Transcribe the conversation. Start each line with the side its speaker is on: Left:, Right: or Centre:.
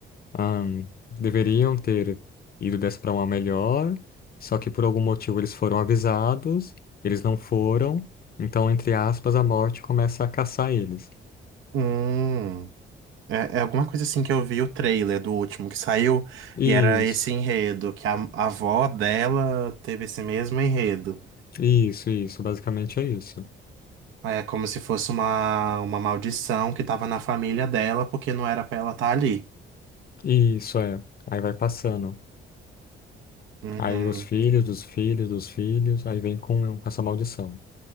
Left: Ahn, deveriam ter ido dessa para uma melhor, só que por algum motivo eles foram avisados, eles não foram, então, entre aspas, a morte começa a caçar eles.
Right: Hum. É, é alguma coisa assim que eu vi o trailer do último que saiu,
Left: Isso,
Right: e era esse enredo, que a, a avó dela teve esse mesmo enredo.
Left: isso, isso, basicamente é isso.
Right: É como se fosse uma, uma maldição que tava na família dela, porque não era pra ela estar ali.
Left: Isso é. Aí vai passando.
Right: Uhum.
Left: Aí os filhos dos filhos dos filhos, aí vem com com essa maldição.